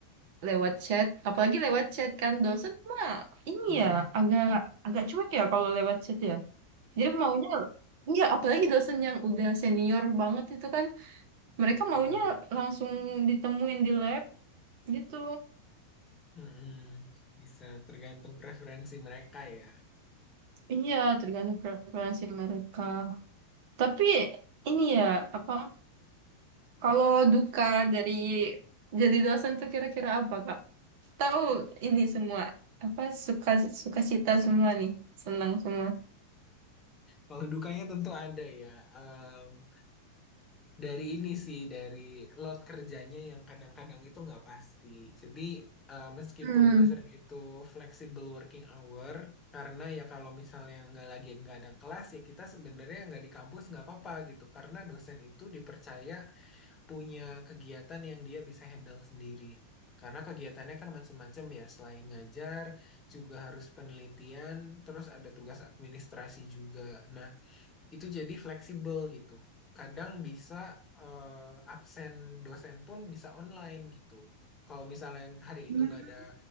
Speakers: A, on the right; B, on the left.
A: lewat chat, apalagi lewat chat kan dosen mah ini
B: Mm-mm.
A: ya agak agak cuek ya kalau lewat chat ya. Dia maunya Iya, apalagi dosen yang udah senior banget itu kan, mereka
B: Betul.
A: maunya langsung ditemuin di lab gitu.
B: Mm-mm. Bisa tergantung preferensi mereka ya.
A: Iya, tergantung preferensi mereka. Tapi ini ya, apa kalau duka dari jadi dosen tuh kira-kira apa, Kak? Tahu ini semua apa suka suka cita semua nih, senang semua.
B: Kalau dukanya tentu ada ya. Em, dari ini sih, dari load kerjanya yang kadang-kadang itu nggak pasti. Jadi eh, meskipun
A: Hmm.
B: dosen itu flexible working hour, karena ya kalau misalnya nggak lagi nggak ada kelas ya kita sebenarnya nggak di kampus nggak apa-apa gitu. Karena dosen itu dipercaya punya kegiatan yang dia bisa handle sendiri. Karena kegiatannya kan macam-macam ya, selain ngajar juga harus penelitian, terus ada tugas administrasi juga. Nah, itu jadi fleksibel gitu. Kadang bisa eh, absen dosen pun bisa online gitu. Kalau misalnya yang hari
A: Hmm.
B: itu nggak ada